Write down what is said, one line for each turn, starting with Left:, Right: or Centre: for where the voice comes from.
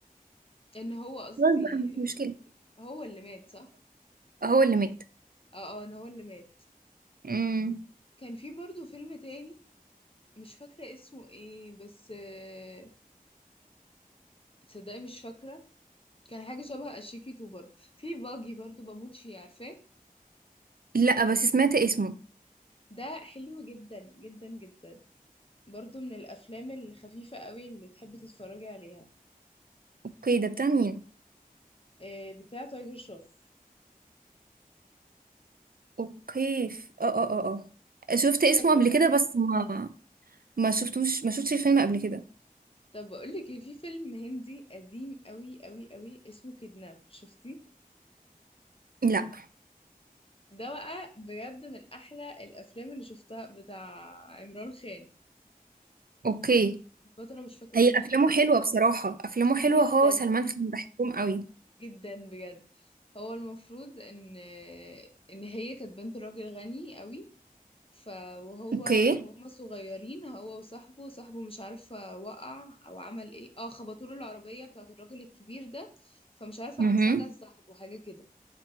Left: ان هو
Right: <laughs>
Left: قصدي
Right: خلاص بقى مش مشكلة
Left: هو اللي مات صح
Right: هو اللي مات
Left: اه اه ان هو اللي مات
Right: امم
Left: كان في برضو فيلم تاني مش فاكرة اسمه ايه بس آه، تصدقي مش فاكرة كان حاجة شبه اشيكي تو برضو في باجي برضو بموت فيه عارفاه
Right: لا بس سمعت اسمه
Left: ده حلو جدا جدا جدا برضو من الافلام الخفيفة قوي اللي تحبي تتفرجي عليها
Right: اوكي ده بتاع مين
Left: آه، بتاع تايجر شوف
Right: اوكي ف... اه اه اه اه شفت اسمه
Left: حلو
Right: قبل
Left: قوي
Right: كده بس ما ما شفتوش ما شفتش الفيلم قبل كده
Left: طب بقول لك إيه، في فيلم هندي قديم قوي قوي قوي اسمه كيدناب شفتي
Right: لا
Left: ده بقى بجد من احلى الافلام اللي شفتها بتاع عمران خان
Right: اوكي
Left: البطلة مش فاكرة
Right: هي
Left: اسمها
Right: افلامه
Left: ايه
Right: حلوه بصراحه افلامه حلوه
Left: جدا
Right: هو سلمان خان بحبهم قوي
Left: جدا بجد هو المفروض ان ان هي كانت بنت راجل غني قوي ف وهو
Right: اوكي
Left: وهما صغيرين هو وصاحبه صاحبه مش عارفة وقع او عمل ايه اه خبطوا له العربية بتاعة الراجل الكبير ده فمش عارفة
Right: امم
Left: قام سجن صاحبه حاجة كده